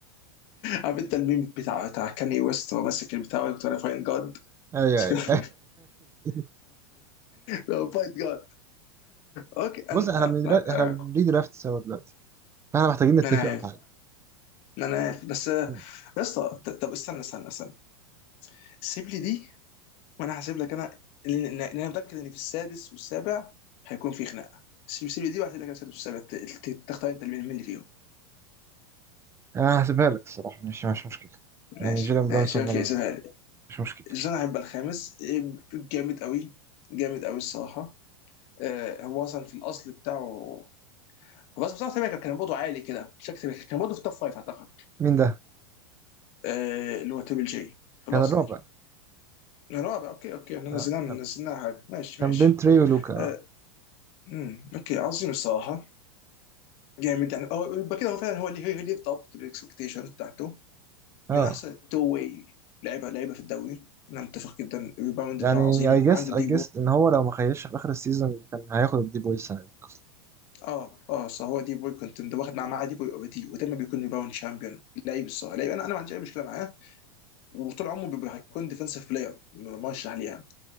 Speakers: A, on the left; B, on the right.
A: عارف انت الميم بتاع بتاع كاني ويست وهو ماسك البتاع بتاع فاين جاد
B: ايوه ايوه
A: <laughs>
B: <laughs>
A: لو فاين جاد اوكي
B: بص
A: انا
B: احنا بندرا...
A: انا
B: احنا بنري درافت سوا دلوقتي فاحنا محتاجين نتفق
A: أنا عارف
B: على حاجه
A: انا عارف بس آه،
B: مم.
A: يا اسطى ط- طب استنى استنى استنى سيب لي دي وانا هسيب لك انا لان لأن انا متاكد ان في السادس والسابع هيكون في خناقه سيب سيب لي دي وهسيب لك السادس والسابع ت- ت- تختار انت مين مين اللي فيهم
B: انا هسيبها لك الصراحه مش مش مشكله يعني
A: ماشي
B: جيلان برانسون
A: ماشي اوكي سيبها لي
B: مش مشكلة
A: جون هيبقى الخامس إيه، جامد قوي جامد قوي الصراحه آه، هو اصلا في الاصل بتاعه هو اصلا بتاعه تقريباً كان كان برضه عالي كده شكله كان برضه في توب فايف اعتقد
B: مين ده؟
A: آه، اللي هو تريبل جي في
B: كان
A: الاصل
B: الرابع
A: رابع اوكي اوكي احنا نزلنا
B: آه. آه.
A: نزلنا حاجه ماشي
B: كان
A: ماشي
B: بين تري ولوكا اه
A: آه. أمم، اوكي عظيم الصراحه جامد يعني هو- يبقى كده هو فعلا هو اللي هو اللي يتضبط بالاكسبكتيشنز بتاعته
B: آه.
A: من احسن التو واي لعيبه لعيبه في الدوري انا متفق جدا الريباوند
B: يعني
A: بتاعه عظيم
B: اي جس
A: عنده
B: اي
A: دي
B: جس
A: بوي
B: ان هو لو ما خيش في اخر السيزون كان هياخد الدي بوي السنه دي اصلا
A: اه اه صح هو دي بوي كنت واخد مع معاه دي بوي اوريدي ودايما بيكون ريباوند شامبيون لعيب الصراحه لعيب انا انا ما عنديش اي مشكله معاه وطول عمره بيبقى هيكون ديفنسيف بلاير مرشح ليها